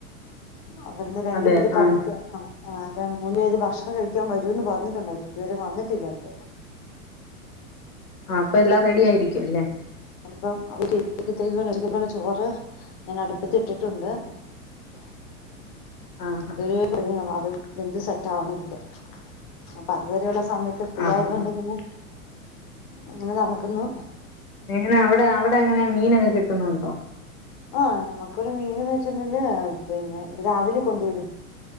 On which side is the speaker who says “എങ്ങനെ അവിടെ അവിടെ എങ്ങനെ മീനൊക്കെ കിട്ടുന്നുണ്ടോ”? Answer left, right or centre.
Left